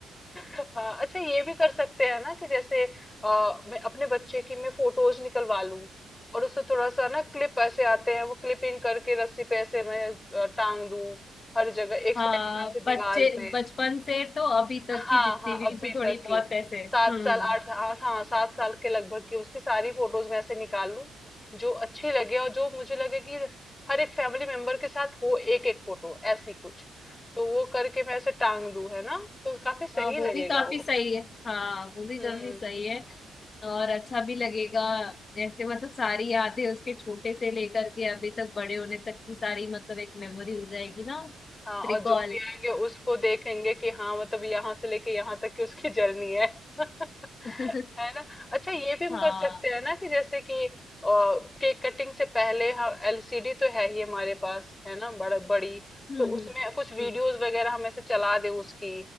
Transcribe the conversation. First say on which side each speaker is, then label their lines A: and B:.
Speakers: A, on the left; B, on the left.
A: <laughs> हाँ अच्छा ये भी कर सकते हैं ना कि जैसे अ, मैं अपने बच्चे की मैं फोटोज निकलवा लूं और उससे थोड़ा सा ना क्लिप ऐसे आते हैं वो क्लिपिंग करके रस्सी पे ऐसे मैं अ, टांग दूं हर जगह एक
B: हाँ
A: साइड का ऐसे
B: बच्चे
A: दीवार पे
B: बचपन से तो अभी तक
A: हाँ
B: की जितनी
A: हाँ
B: भी
A: अभी
B: थो- थोड़ी
A: तक की
B: बहुत पैसे
A: सात
B: हम्म
A: साल आठ हाँ हाँ सात साल के लगभग की उसकी सारी फोटोज मैं ऐसे निकाल लूं जो अच्छी लगे और जो मुझे लगे कि हर एक फैमिली मेंबर के साथ हो एक एक फोटो ऐसी कुछ तो वो करके मैं ऐसे टांग दूं है ना तो काफी सही
B: हाँ वो
A: लगेगा
B: भी काफी सही है हाँ वो भी
A: हम्म
B: काफी सही है और अच्छा भी लगेगा जैसे मतलब सारी यादें उसके छोटे से लेकर के अभी तक बड़े होने तक की सारी मतलब एक मेमोरी हो जाएगी ना
A: हाँ
B: रिकॉल
A: और जो भी आएंगे उसको देखेंगे कि हाँ मतलब यहाँ से लेके यहाँ तक की उसकी जर्नी है <laughs> है
B: <laughs>
A: ना अच्छा ये भी हम
B: हाँ
A: कर सकते हैं ना कि जैसे कि केक कटिंग से पहले हम एलसीडी तो है ही हमारे पास है ना बड़ा बड़ी
B: हम्म
A: तो
B: हम्म
A: उसमें कुछ वीडियोस
B: हम्म।
A: वगैरह हम ऐसे चला दें उसकी